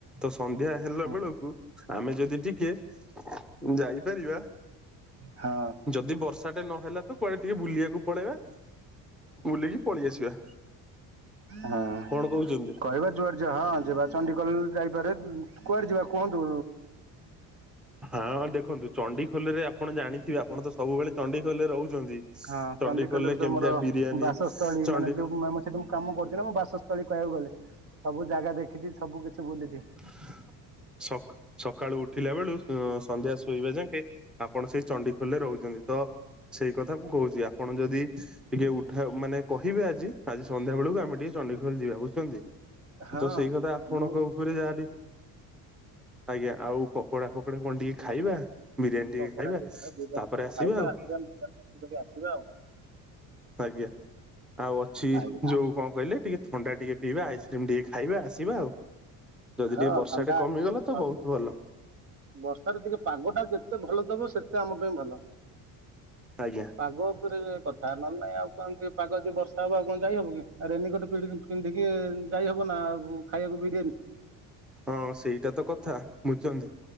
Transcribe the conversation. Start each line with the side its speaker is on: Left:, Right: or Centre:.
Centre: ତ ସନ୍ଧ୍ୟା ହେଲା
Right: ହଁ।
Centre: ବେଳକୁ ଆମେ ଯଦି ଟିକେ ଯାଇପାରିବା
Right: ହଁ।
Centre: ଯଦି ବର୍ଷା ଟେ ନହେଲା ତ କୁଆଡେ ଟିକେ ବୁଲିବାକୁ ପଳେଇବା ବୁଲିକି ପଳେଇ ଆସିବା।
Right: ହଁ
Centre: କଣ କହୁଛନ୍ତି?
Right: କହିବା ଯୁଆ ଯ ହଁ ଯିବା। ଚଣ୍ଡିଖୋଲ ଯାଇପାରେ କୁଆଡେ ଯିବା କୁହନ୍ତୁ।
Centre: ହଁ ଦେଖନ୍ତୁ ଚଣ୍ଡିଖୋଲରେ ଆପଣ ଜାଣିଥିବେ ଆପଣ ତ ସବୁବେଳେ ଚଣ୍ଡିଖୋଲରେ ରହୁଚନ୍ତି
Right: ହଁ
Centre: ଚଣ୍ଡିଖୋଲରେ
Right: ତ
Centre: କେମିତିଆ
Right: ମୋର
Centre: ବିରିୟାନୀ
Right: ବାସସ୍ଥଳୀ
Centre: ଚଣ୍ଡି
Right: ମାନେ ଯୋଉ ସେଠି ମୁଁ କାମ କରୁଛି ନା ମୋ ବାସସ୍ଥଳୀ କହିବାକୁ ଗଲେ। ସବୁ ଜାଗା ଦେଖିଛି ସବୁ କିଛି ବୁଲିଛି।
Centre: <unintelligible> ସଖ ସକାଳୁ ଉଠିଲା ବେଳୁ ସନ୍ଧ୍ୟା ଶୋଇବା ଯାକେ ଆପଣ ସେଇ ଚଣ୍ଡିଖୋଲ ରେ ରହୁଛନ୍ତି ତ ସେଇ କଥା ମୁଁ କହୁଛି ଆପଣ ଯଦି ଟିକେ ଉଠା ମାନେ କହିବେ ଆଜି ଆଜି ସନ୍ଧ୍ୟା ବେଳକୁ ଆମେ ଟିକେ ଚଣ୍ଡିଖୋଲ ଯିବା ବୁଝୁଛନ୍ତି।
Right: ହଁ
Centre: ତ ସେଇ କଥା ଆପଣଙ୍କ
Right: ମୁଁ
Centre: ଉପରେ ଯାହାଠି ଆଜ୍ଞା ଆଉ ପକୋଡା ଫକୋଡା କଣ ଟିକେ ଖାଇବା? ବିରିୟାନୀ ଟିକେ
Right: ପକୋଡା
Centre: ଖାଇବା,
Right: ଖାଇ ବିରିୟାନୀ
Centre: ତାପରେ
Right: ଟିକେ
Centre: ଆସିବା
Right: ଖାଇବା
Centre: ଆଉ।
Right: ମଜା କରି ଆସିବା ଆଉ
Centre: ଆଜ୍ଞା ଆଉ ଅଛି
Right: ଆଜ୍ଞା
Centre: ଯୋଉ କଣ କହିଲେ ଟିକେ ଥଣ୍ଡା ଟିକେ ପିଇବା ଆଇସ୍କ୍ରିମ୍ ଟିକେ ଖାଇବା ଆସିବା ଆଉ। ଯଦି
Right: ହଁ
Centre: ଟିକେ ବର୍ଷା
Right: ଥଣ୍ଡା
Centre: ଟେ
Right: ହେଇବ
Centre: କମିଗଲା
Right: ସବୁ
Centre: ତ ବହୁତ ଭଲ
Right: ବର୍ଷାରେ ଟିକେ ପାଗଟା ଯେତେ ଭଲ ଦବ ସେତ ତେ ଆମ ପାଇଁ ଭଲ
Centre: ଆଜ୍ଞା
Right: ପାଗ ଉପରେ କ ତାନହେଲେ ଆଉ କେମତି ପାଗ ଯଦି ବର୍ଷା ହବ ଆଉ କଣ ଯାଇହବ କି ଆ ରେନିକଟ୍ ପିନ୍ଧିକି ଯାଇହବ ନା ଆଉ ଖାଇବାକୁୁ ବିରିଆନି।
Centre: ହଁ ସେଇଟା ତ କଥା ବୁଝୁଚନ୍ତି